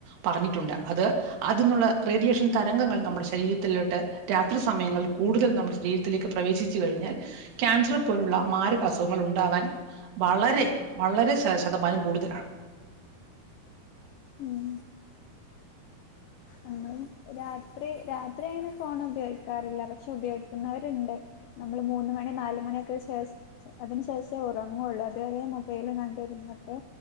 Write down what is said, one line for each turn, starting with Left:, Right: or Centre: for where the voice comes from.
Right: പറഞ്ഞിട്ടുണ്ട്. അത് അതിന്നുള്ള റേഡിയേഷൻ തരംഗങ്ങൾ നമ്മുടെ ശരീരത്തിലോട്ട് രാത്രി. സമയങ്ങൾ കൂടുതൽ നമ്മുടെ ശരീരത്തിലേക്ക് പ്രവേശിച്ചു കഴിഞ്ഞാൽ. ക്യാൻസർ പോലുള്ള മാരക് അസുഖങ്ങൾ ഉണ്ടാവാൻ. വളരെ വളരെ ശ ശതമാനം കൂടുതലാണ്.
Left: ഉം ഞങ്ങളും രാത്രി രാത്രി അങ്ങനെ ഫോണ് ഉപയോഗിക്കാറില്ല. പക്ഷെ ഉപയോഗിക്കുന്നവര്ണ്ട്. നമ്മള് മൂന്ന് മണി നാല് മണിയൊക്കെ ശേസ് അതിന് ശേഷേ ഒറങ്ങുള്ളു. അതുവരെ മൊബൈലും കണ്ടിരുന്നിട്ട്.